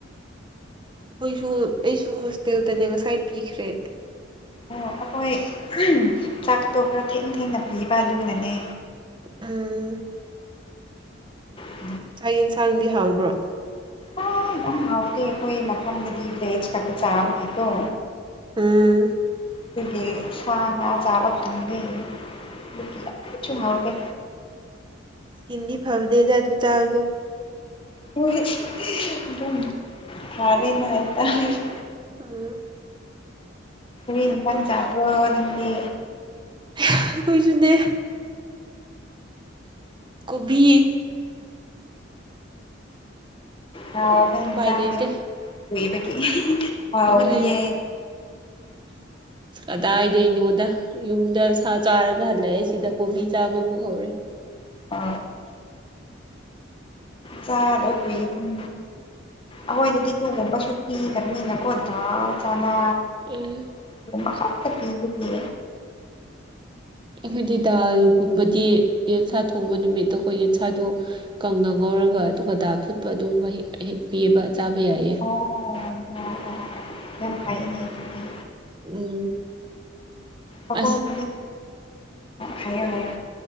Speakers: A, on the right (about 25°); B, on the left (about 25°).
A: ꯑꯩꯈꯣꯏꯁꯨ ꯑꯩꯁꯨ ꯍꯣꯁꯇꯦꯜꯗꯅꯦ ꯉꯁꯥꯏ ꯄꯤꯈ꯭ꯔꯦ
B: ꯑꯣ ꯑꯩꯈꯣꯏ ꯆꯥꯛꯇꯣ ꯈꯔ ꯊꯦꯡꯅ ꯊꯦꯡꯅ ꯄꯤꯕ ꯗꯨꯅꯅꯦ
A: ꯎꯝ
B: <unintelligible>
A: ꯆꯥꯛ ꯌꯦꯟꯁꯥꯡꯗꯤ ꯍꯥꯎꯕ꯭ꯔꯣ
B: ꯑ ꯑꯝ ꯌꯥꯎꯇꯦ ꯑꯩꯈꯣꯏ ꯃꯐꯝꯗꯗꯤ ꯚꯦꯖ ꯈꯛꯇ ꯆꯥꯕꯒꯤ ꯀꯣ
A: ꯎꯝ
B: ꯗꯨꯒꯤ ꯁꯥ ꯉꯥ ꯆꯥꯕ ꯐꯪꯗꯦ ꯑꯗꯨꯒꯤ ꯀꯩꯁꯨꯝ ꯍꯥꯎꯇꯦ
A: ꯏꯁꯀꯤꯟꯗꯤ ꯐꯕꯅꯦꯗ ꯑꯗꯨ ꯆꯥꯕꯗꯣ
B: ꯍꯣꯏꯍꯦ <unintelligible>
A: ꯎꯝ
B: <unintelligible>
A: ꯑꯗꯨꯝ
B: ꯆꯥꯕꯔꯣ ꯅꯪꯗꯤ
A: ꯑꯩꯈꯣꯏꯁꯨꯅꯦ ꯀꯣꯕꯤ
B: ꯑꯣ ꯍꯥꯎꯕ ꯏꯟꯁꯥꯡꯅꯦ
A: ꯎꯄꯥꯏ ꯂꯩꯇꯦ
B: ꯀꯨꯏꯕꯒꯤ ꯍꯥꯎꯅꯤꯌꯦ
A: ꯍꯣꯏ <inaudible> ꯀꯗꯥꯏꯗꯩꯅꯣꯗ ꯌꯨꯝꯗ ꯁꯥ ꯆꯥꯔꯒ ꯍꯜꯂꯛꯑꯦ ꯁꯤꯗ ꯀꯣꯕꯤ ꯆꯥꯕ ꯑꯃꯨꯛ ꯍꯧꯔꯦ
B: ꯑ ꯆꯥꯗꯧ ꯀꯨꯏ ꯎꯝ ꯑꯈꯣꯏꯗꯗꯤ ꯗꯨꯒꯨꯝꯕꯁꯨꯨ ꯄꯤꯗꯕꯅꯤꯅꯀꯣ ꯗꯥꯜ ꯆꯥꯅ
A: ꯎꯝ
B: ꯗꯨꯒꯨꯝꯕ ꯈꯛꯇ ꯄꯤꯕꯅꯤ
A: ꯑꯩꯈꯣꯏꯗꯤ ꯗꯥꯜꯒꯨꯝꯕꯗꯤ ꯌꯦꯟꯁꯥ ꯊꯣꯡꯕ ꯅꯨꯃꯤꯠꯇꯀꯣ ꯌꯦꯟꯁꯥꯗꯨ ꯀꯪꯅ ꯉꯧꯔꯒ ꯑꯗꯨꯒ ꯗꯥꯥꯜ ꯐꯨꯠꯄ ꯑꯗꯨꯝ ꯃꯍꯤꯛ ꯑꯍꯤꯛ ꯄꯤꯕꯥ ꯆꯥꯕ ꯌꯥꯏꯌꯦ
B: ꯑꯣ ꯌꯥ ꯑꯍꯥ ꯌꯥꯝ ꯐꯩꯅꯦ ꯑꯗꯨꯗꯤ
A: ꯎꯝ
B: ꯑꯈꯣꯢꯗꯤ
A: ꯑꯁ
B: ꯍꯩꯌꯦ ꯍꯩꯌꯦ